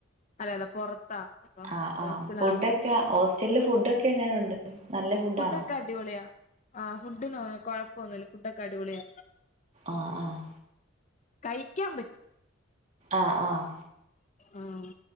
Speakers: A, on the left; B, on the right.
A: അല്ല അല്ല പൊറത്താ അപ്പം
B: ആഹ് ആഹ്
A: ഹോസ്റ്റലാണ്
B: ഫുഡൊക്കെ ഹോസ്റ്റലില് ഫുഡൊക്കെ എങ്ങനുണ്ട് നല്ല ഫുഡാണോ
A: ഫുഡൊക്കെ അടിപൊളിയാ ആ ഫുഡ് കൊഴപ്പൊന്നുല്ല ഫുഡൊക്കെ അടിപൊളിയാ
B: ആഹ് ആഹ്
A: കയിക്കാൻ പറ്റും
B: ആഹ് ആഹ്
A: ആഹ്